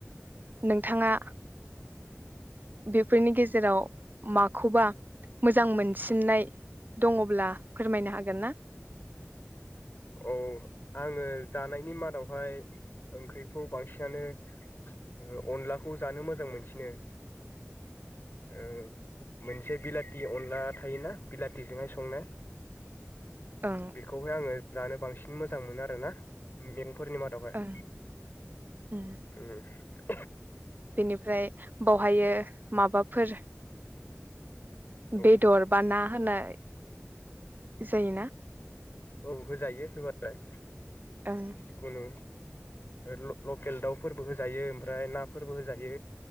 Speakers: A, on the right; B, on the left.
A: नोंथाङा बेफोरनि गेज जेराव माखौबा मोजां मोनसिननाय दङब्ला फोरमायनो हागोन ना?
B: औ आङो जानायनि मादावहाय ओंख्रिखौ बांसिनानो ओ अनलाखौ जानो मोजां मोनसिनो ओं मोनसे बिलाथि अनला थायोना बिलाथिजोंहाय संनाय
A: ओं
B: बेखौहाय आङो जानो बांसिन मोजां मोनो आरो ना हम फोरनि मादावहाय
A: ओं उम
B: ओम
A: बेनिफ्राय बावहायो माबाफोर
B: औ
A: बेदर बा ना होननाय जायोना
B: औ होजायो होबालाय
A: ओं
B: जिखुनु ल लकेल दाउफोरबो होजायो ओमफ्राय नाफोरबो होजायो